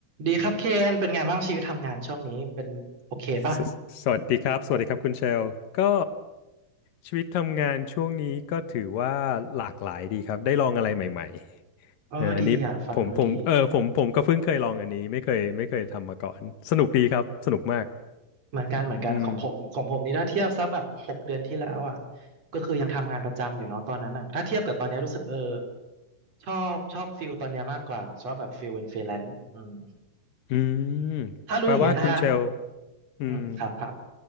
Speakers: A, on the right; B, on the left.
A: ดีครับเคนเป็นไงบ้างชีวิตทำงานช่วงนี้เป็นโอเคป่ะ
B: สสวัสดีครับสวัสดีครับคุณเชลก็ชีวิตทำงานช่วงนี้ก็ถือว่าหลากหลายดีครับได้ลองอะไรใหม่ๆเอออันนี้ผมผมเออผมผมก็เพิ่งเคยลองอันนี้ไม่เคยไม่เคยทำมาก่อนสนุกดีครับสนุกมาก
A: เออดีอ่ะฟังดูดีเหมือนกันเหมือนกันของผมของผมนี่ถ้าเทียบสักแบบหกเดือนที่แล้วอ่ะ
B: อืม
A: ก็คือยังทำงานประจำอยู่เนาะตอนนั้นน่ะถ้าเทียบกับตอนนี้รู้สึกเออชอบชอบฟิลตอนเนี้ยมากกว่าชอบแบบฟิลเป็นฟรีแลนซ์อืม
B: อืม
A: ถ้ารู้อย่างเงี้ยนะ
B: แปลว่าคุณเชลอืม
A: อืมครับครับ